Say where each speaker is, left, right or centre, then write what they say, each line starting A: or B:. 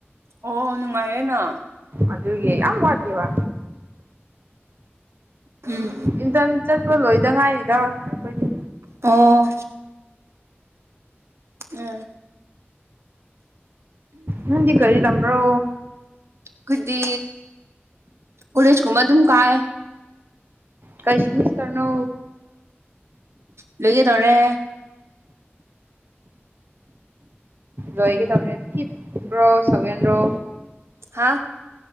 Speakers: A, on the right; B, on the right.
A: ꯑꯣ ꯅꯨꯡꯉꯥꯏꯔꯦꯅ
B: ꯑꯗꯨꯒꯤ ꯌꯥꯝ ꯋꯥꯠꯂꯤꯕ
A: ꯎꯝ
B: ꯏꯟꯇ꯭ꯔꯟ ꯆꯠꯄ ꯂꯣꯏꯗ ꯉꯥꯏꯔꯤꯗ ꯑꯩꯈꯣꯏꯗꯤ
A: ꯑꯣ ꯎꯝ
B: ꯅꯪꯗꯤ ꯀꯔꯤ ꯇꯝꯕ꯭ꯔꯣ
A: ꯒꯨꯠꯗꯤ ꯀꯣꯂꯦꯖ ꯀꯨꯝꯕ ꯑꯗꯨꯝ ꯀꯥꯏ
B: ꯀꯩ ꯁꯤꯃꯤꯁꯇ꯭ꯔꯅꯣ
A: ꯒ꯭ꯔꯦꯖ꯭ꯋꯦꯠ ꯇꯧꯔꯦ
B: ꯂꯣꯏꯒꯗꯧꯔꯦ ꯐꯤꯐ ꯔꯣ ꯁꯚꯦꯟ ꯔꯣ
A: ꯍꯥ